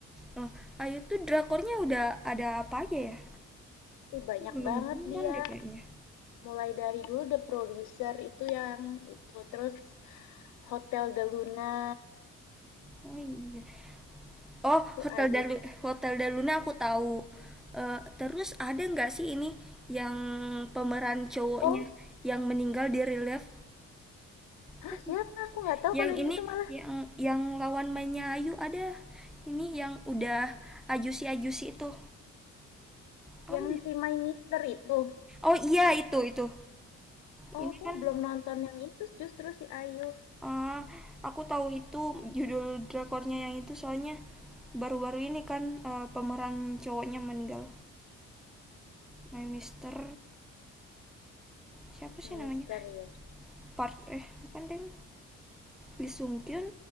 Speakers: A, in the centre; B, on the left (about 80°).
A: Nah, Ayu tuh drakornya udah ada apa aja ya?
B: Ih, banyak
A: Aku Belum
B: banget
A: nonton
B: dia.
A: deh kayaknya.
B: Mulai dari dulu The Producer itu yang itu, terus Hotel de Luna
A: Oh iya. Oh,
B: itu
A: Hotel
B: Ayu.
A: Dalu Hotel Daluna aku tahu. Eh, terus ada nggak sih ini yang pemeran cowoknya
B: Oh,
A: yang meninggal di relief?
B: ah
A: Siapa?
B: siapa? Aku nggak tahu
A: Yang
B: kalau yang
A: ini
B: itu malah
A: yang yang lawan mainnya Ayu ada ini yang udah ajusi-ajusi itu. Apa
B: yang
A: dia?
B: si My Mister itu.
A: Oh iya itu itu.
B: Oh,
A: Ini
B: aku
A: kan
B: belum nonton yang itu justru si Ayu.
A: eh, aku tahu itu judul drakornya yang itu soalnya baru-baru ini kan eh, pemeran cowoknya meninggal. Nah, Mister siapa sih
B: My Mister
A: namanya?
B: ya.
A: Park eh bukan deng. Lee Sung Kyun,